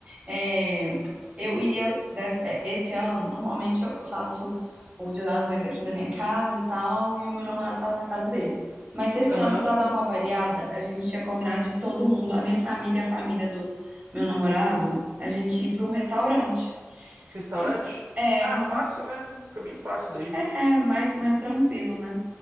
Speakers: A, on the right; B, on the right.
A: é, eu ia. dessa- é, esse ano, normalmente eu eu faço o Dia das Mães aqui na minha casa e tal, e o meu namorado faz na casa dele. Mas esse
B: Aham.
A: ano, pra dar uma variada, a gente tinha combinado de todo mundo, a minha família, a família do meu namorado, a gente ir pra um restaurante.
B: Restaurante?
A: Só- É,
B: Ah,
A: aham.
B: fácil, né? Fica bem fácil daí.
A: É, é mais, mais tranquilo, né?